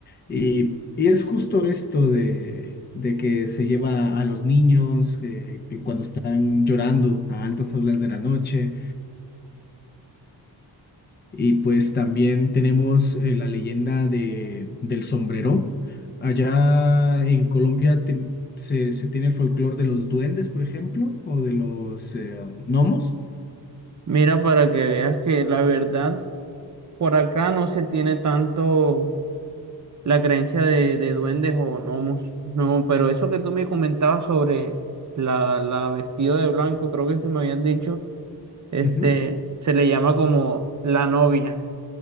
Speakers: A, on the left (about 25°); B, on the right (about 45°).
A: Y, y es justo esto de, de que se lleva a los niños eh, que cuando están llorando a altas horas de la noche. Y pues también tenemos eh, la leyenda de, del sombrero. Allá en Colombia te- se, se tiene el folclore de los duendes, por ejemplo, o de los eh, gnomos.
B: Mira, para que veas que la verdad por acá no se tiene tanto la creencia de, de duendes o gnomos. No, pero eso que tú me comentabas sobre la, la vestida de blanco, creo que es que me habían dicho, este,
A: Ujú.
B: se le llama como la novia.